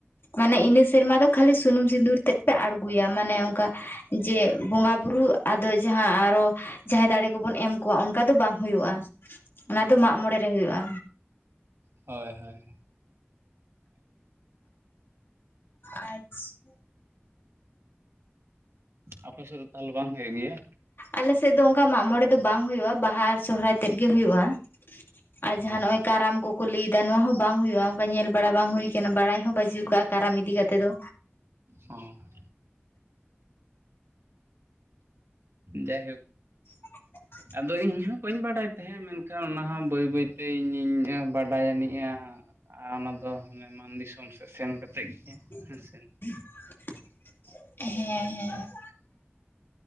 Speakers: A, on the left (about 60°); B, on the right (about 75°).
A: ᱢᱟᱱᱮ ᱤᱱᱟᱹ ᱥᱮᱨᱢᱟ ᱫᱚ ᱠᱷᱟᱹᱞᱤ ᱥᱩᱱᱩᱢ ᱥᱤᱸᱫᱩᱨ ᱛᱮᱫ ᱯᱮ ᱟᱬᱜᱚᱭᱟ ᱢᱟᱱᱮ ᱚᱱᱠᱟ ᱡᱮ ᱵᱚᱸᱜᱟ ᱵᱩᱨᱩ ᱟᱫᱚ ᱡᱟᱦᱟᱸ ᱟᱨᱚ ᱡᱟᱦᱟᱸᱭ ᱫᱟᱲᱮ ᱠᱚᱵᱚᱱ ᱮᱢ ᱠᱚᱣᱟ ᱚᱱᱠᱟ ᱫᱚ ᱵᱟᱝ ᱦ ᱦᱩᱭᱩᱜᱼᱟ ᱚᱱᱟ ᱫᱚ ᱢᱟᱜ ᱢᱚᱬᱮ ᱨᱮ ᱦᱩᱭᱩᱜᱼᱟ
B: ᱦᱳᱭ ᱦᱳᱭ
A: ᱟᱪᱪᱷᱟ
B: ᱟᱯᱮ ᱥᱮᱫ ᱫᱚ ᱛᱟᱦᱚᱞᱮ ᱵᱟᱝ ᱦᱩᱭᱩᱜ ᱜᱮᱭᱟ
A: ᱟᱞᱮ ᱥᱮᱫ ᱫᱚ ᱚᱱᱠᱟ ᱢᱟᱜ ᱢᱚᱬᱮ ᱫᱚ ᱵᱟᱝ ᱦᱩᱭᱩᱜᱼᱟ ᱵᱟᱦᱟ ᱟᱨ ᱥᱚᱨᱦᱟᱭ ᱛᱮᱫ ᱜᱮ ᱦᱩᱭᱩᱜᱼᱟ ᱟᱨ ᱡᱟᱦᱟᱸ
B: ᱚ
A: ᱱᱚᱜᱼᱚᱭ ᱠᱟᱨᱟᱢ ᱠᱚ ᱠᱚ ᱞᱟᱹᱭᱟ ᱱᱚᱣᱟ ᱦᱚᱸ ᱵᱟᱝ ᱦᱩᱭᱩᱜᱼᱟ ᱚᱱᱠᱟ ᱧᱮᱞ ᱵᱟᱲᱟ ᱵᱟᱝ ᱦᱩᱭ ᱠᱟᱱᱟ ᱵᱟᱲᱟᱭ ᱦᱚᱸ ᱵᱟᱹᱡᱤ ᱠᱟᱜᱼᱟ ᱠᱟᱨᱟᱢ ᱤᱫᱤ ᱠᱟᱛᱮᱮᱫ ᱫᱚ
B: ᱦ ᱡᱟᱭᱦᱳᱠ
A: <unintelligible>
B: ᱟᱫᱚ ᱤᱧ ᱦᱚᱸ ᱵᱟᱹᱧ ᱵᱟᱰᱟᱭ ᱛᱟᱦᱮᱸᱫ ᱢᱮᱱᱠᱷᱟᱱ ᱚᱱᱟᱦᱚ ᱵᱟᱹᱭ ᱵᱟᱹᱭᱛᱮ ᱤᱧᱤᱧ ᱵᱟᱰᱟᱭ ᱟᱹᱱᱤᱡᱼᱟ ᱟᱨ ᱚᱱᱟ ᱫᱚᱟᱱᱮ ᱢᱟᱱ ᱫᱤᱥᱚᱢ ᱥᱮᱫ ᱥᱮᱱ ᱠᱟᱛᱮᱫ ᱜᱮ
A: ᱦᱮᱸ
B: ᱦᱮᱸᱥᱮ
A: ᱦᱮᱸ